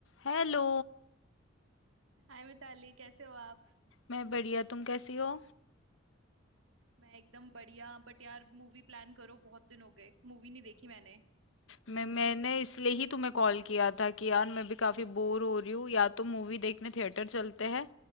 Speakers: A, on the left; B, on the right.
A: हेलो
B: हाय मिताली कैसे हो आप
A: मैं बढ़िया तुम कैसी हो
B: मैं एकदम बढ़िया बट यार मूवी प्लान करो बहुत दिन हो गए मूवी नहीं देखी मैंने
A: मैं मैंने इसलिए ही तुम्हें कॉल किया था कि यार मैं भी काफ़ी बोर हो रही हूँ या तो मूवी देखने थिएटर चलते हैं